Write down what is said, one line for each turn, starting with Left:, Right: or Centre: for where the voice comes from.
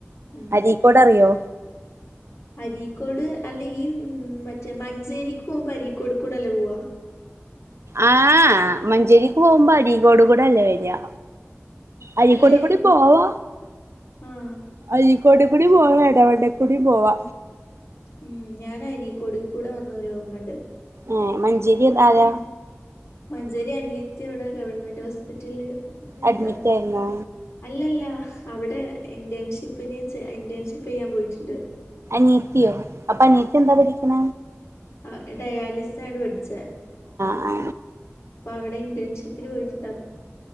Left: ഉം
Right: അരിക്കോടെ
Left: ഉം
Right: അറിയോ
Left: അരീക്കോട് അല്ല ഈ ഉം മറ്റേ മഞ്ചേരിക്ക് പോകുമ്പോ അരീക്കോട് കൂടെ അല്ലേ പോവാ
Right: ആ മഞ്ചേരിക്ക് പോകുമ്പോ അരീകൊട് കൂടെ അല്ലേ വരിയാ അയിക്കടെ
Left: അല്ലേ
Right: കൂടെ പോവാ
Left: ആഹ്
Right: അയി കോട്ടിക്കുടി പോവാന ഇടവണ്ണ്ടക്കൂടി പോവാ
Left: ഉം ഞാനരിക്കോടിൽ കൂടെ വന്ന ഒരു ഓർമ്മണ്ട്
Right: ഏ മഞ്ചേരി എന്ത ആരാ
Left: ഉം മഞ്ചേരി അനിയത്തി അവിടെ ഗവൺമെന്റ് ഹോസ്പിറ്റലില് എന്താ
Right: അഡ്മിറ്റ് ആയിരുന്നോ
Left: അല്ലല്ല അവിടെ ഇന്റേൺഷിപ്പിന് വ ഇന്റേൺഷിപ്പ് ചെയ്യാൻ പോയിട്ടുണ്ട്
Right: നീത്തിയോ അപ്പൊ നീത്തി എന്താ പരിക്കണ
Left: ആ ഡയാലിസിസ ആണ് പടിച്ച
Right: ആ
Left: അപ്പൊ അവിടെ ഇന്റേൺഷിപ്പന് പോയിട്ടുണ്ട